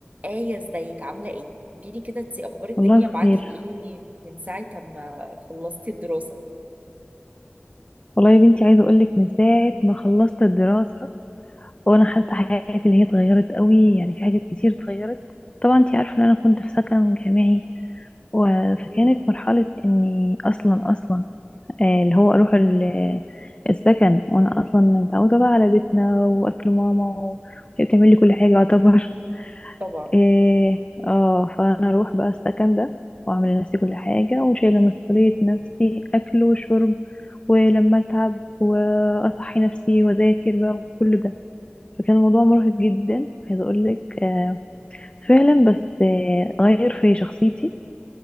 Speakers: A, on the right; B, on the left.
A: آية ازيك عاملة ايه؟ قولي لي كده انتي اخبار الدنيا
B: والله بخير
A: معاكي ايه من ساعة ما خلصتي الدراسة؟
B: والله يا بنتي عايزه اقول لك من ساعه ما خلصت الدراسه وانا حاسه حياتي اللي هي اتغيرت قوي يعني في حاجات كتير اتغيرت طبعا انت عارفه ان انا كنت في سكن جامعي و-
A: مم.
B: فكانت مرحله اني اصلا اصلا آه، اللي هو اروح ال- السكن وانا اصلا متعوده بقى على بيتنا واكل ماما وهي بتعمل لي كل حاجه يعتبر
A: طبعا
B: إيه اه فانا اروح بقى السكن ده واعمل لنفسي كل حاجة وشايلة مسؤولية نفسي اكل وشرب ولما اتعب واصحي نفسي واذاكر بقى وكل ده فكان الموضوع مرهق جدا عايزة اقول لك آه فعلا بس آه غير في شخصيتي